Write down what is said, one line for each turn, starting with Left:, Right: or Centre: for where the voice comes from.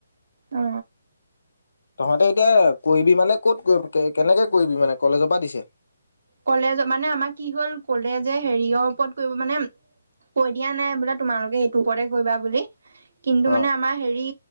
Right: অ
Left: তহঁতে এতিয়া। মানে ক'ত কেনেকে এই কি মানে কলেজৰ পৰা দিছে
Right: কলেজ মানে আমাৰ কি হ'ল কলেজে হেৰিয়ৰ ওপৰত কৰিব মানে কৈ দিয়া নাই বোলে তোমালোকে এইটোৰ ওপৰতে কৰিবা বুলি কিন্তু
Left: হয়
Right: মানে আমাৰ হেৰি